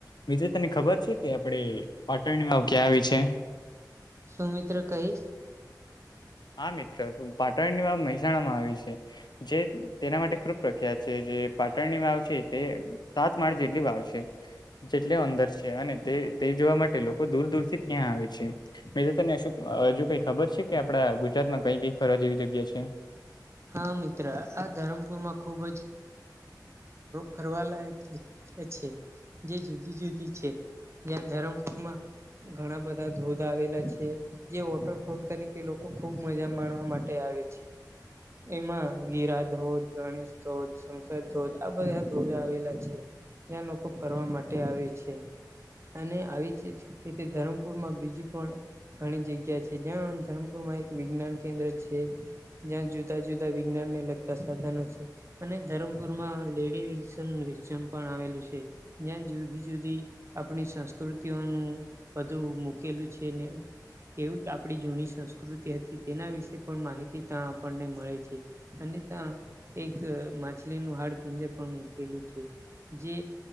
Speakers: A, on the left (about 75°); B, on the right (about 40°).
A: બીજું તને ખબર છે કે આપડે પાટણની વાવ ક્યાં આવી છે?
B: સુું મિત્ર કઈશ?
A: હા મિત્ર. પાટણની વાવ મહેસાણા માં આવી છે. જે તેના માટે ખૂબ પ્રખ્યાત છે. જે પાટણની વાવ છે તે સાત માળ જેટલી વાવ છે. જેટલે અંદર છે અને તે તે જોવા માટે લોકો દૂર દૂર થી ત્યાં આવે છે. મે તો તને હજુ કઈ ખબર છે કે આપડા ગુજરાતમાં કઈ કઈ ફરવા જેવી જગ્યા છે?
B: હા મિત્ર. આ ધરમપુરમાં ખુબ જ ફરવા લયક છે. જે જુદી જુદી છે. જ્યાં ધરમપુરમાં ઘણા બધા ધોધ આવેલા છે. જે વોટરફોલ તરીકે લોકો ખુબ મજા માણવા માટે આવે છે. એમાં ગિરા ધોધ, ગણેશ ધોધ, શંકર ધોધ આ બધા ધોધ આવેલા છે. જ્યાં લોકો ફરવા માટે આવે છે. અને આવી જ રીતે ધરમપુર માં બીજી પણ ઘણી જગ્યા છે, જ્યાં ધરમપુરમાં એક વિજ્ઞાન કેન્દ્ર છે. જ્યાં જુ જુદા જુદા વિજ્ઞાન ને લગતા સાધનો છે. અને ધરમપુર માં લેડી વિલસન મ્યુઝિયમ પણ આવેલું છે. ત્યાં જુદી જુદી આપણી સંસ્કૃતિઓનું બધું મૂકેલું છે ને કેવી આપણી જૂની સંસ્કૃતિ હતી. તેના વિશે પણ માહિતી તા આપણને મળે છે. અને ત્યાં એક માછલીનું હાડપિંજર પણ મૂકેલું છે. જે